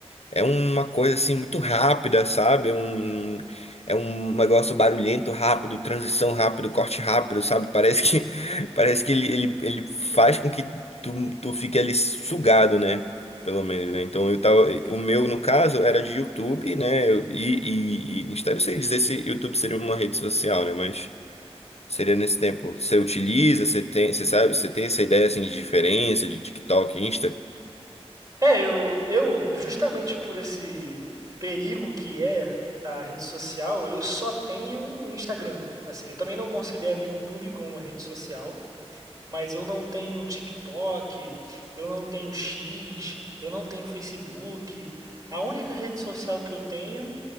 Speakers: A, on the left (about 75°); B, on the right (about 30°).
A: É uma coisa assim muito rápida, sabe? É um, é um negócio barulhento, rápido, transição rápido, corte rápido, sabe? Parece que, <laughs> parece que ele, ele, ele faz com que tu, tu fique ali sugado, né? Pelo menos, né? Então eu tava. O meu, no caso, era de YouTube, né? Eu- E, e, e Insta- eu não sei dizer se YouTube seria uma rede social, né? Mas seria nesse tempo. Você utiliza, você tem, você sabe, você tem essa ideia assim de diferença de TikTok, Insta?
B: É, eu, eu, justamente por esse perigo que é a rede social, eu só tenho Instagram. Assim, eu também não considero YouTube como uma rede social, mas eu não tenho TikTok, eu não tenho X, eu não tenho Facebook. A única rede social que eu tenho